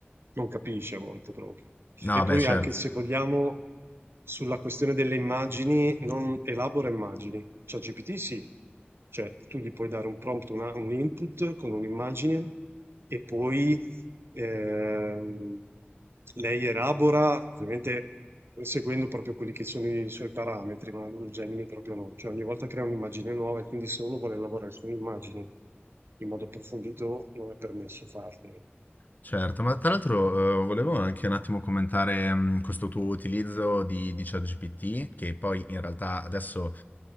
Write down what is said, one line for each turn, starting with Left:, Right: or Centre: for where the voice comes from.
Right: non capisce a volte proprio.
Left: No,
Right: E poi
Left: beh, certo.
Right: anche se vogliamo, sulla questione delle immagini, non elabora immagini. ChatGPT sì, cioè tu gli puoi dare un prompt, una- un input con un'immagine e poi ehm, lei elabora, ovviamente seguendo proprio quelli che sono i suoi parametri, ma il Gemini proprio no, cioè ogni volta crea un'immagine nuova e quindi se uno vuole lavorare su un'immagine in modo approfondito non è permesso farlo.
Left: Certo, ma tra l'altro, ehm, volevo anche un attimo commentare, mhmm, questo tuo utilizzo di di ChatGPT, che poi in realtà adesso,